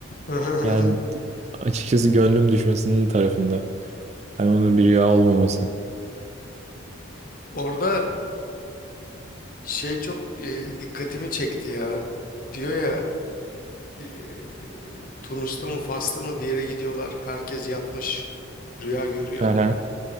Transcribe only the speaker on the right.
Yani açıkçası gönlüm düşmesinin tarafında. Hani onun bir rüya olmaması.
Hı hı.